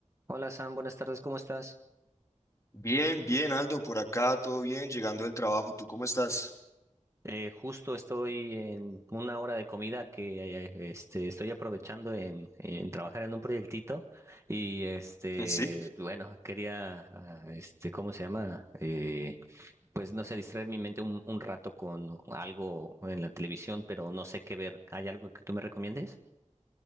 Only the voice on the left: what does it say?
Bien, bien, Aldo, por acá, todo bien, llegando del trabajo, ¿tú cómo estás?
<laughs> Sí.